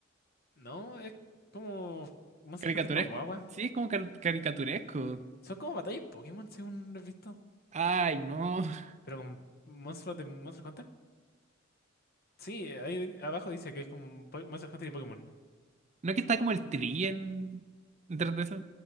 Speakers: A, on the left; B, on the right.
A: no, es como Monster
B: Caricaturesco.
A: Hunter para guagua.
B: Sí, es como car- caricaturesco.
A: Son como batallas Pokémon, según lo he visto.
B: Ay, no. <laughs>
A: Pero con monstruos de Monster Hunter. Sí, ahí abajo dice que es como un po- Monster Hunter y Pokémon.
B: No que está como el tri en... detrás de eso.